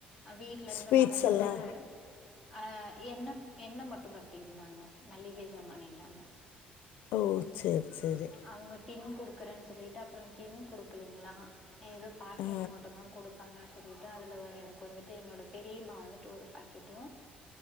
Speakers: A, in the centre; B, on the left (about 70°).
A: அ வீட்டுலருந்து
B: ஸ்வீட்ஸ்
A: வரும்போது
B: எல்லா
A: அ என்னப் என்ன மட்டு பர் இருந்தாங்க மல்லிகைசமான் இல்லாம
B: ஓ சேரி சேரி
A: அவ்கேட் டின் குடுக்கறன் சொல்லிட்டு அப்ற டின் குடுக்கலீங்ளா ஏதோ பாக்கெட்
B: ஆ
A: மட்டுதா குடுத் ப்பாங்கு சொல்லிட்டு அதுல உ எனக் வந்துட்டு என்னோட பெரியம்மா வந்துட்டு ஒரு பாக்கெட்டு